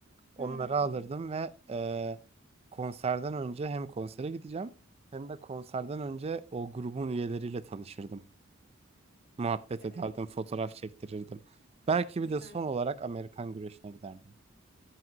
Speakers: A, on the right; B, on the left.
A: Onları
B: Hmm,
A: alırdım ve e, konserden önce hem konsere gideceğim hem de konserden önce o grubun üyeleriyle tanışırdım. Muhabbet
B: Evet
A: ederdim, fotoğraf çektirirdim. Belki
B: güzel.
A: bir de son olarak Amerikan güreşine giderdim.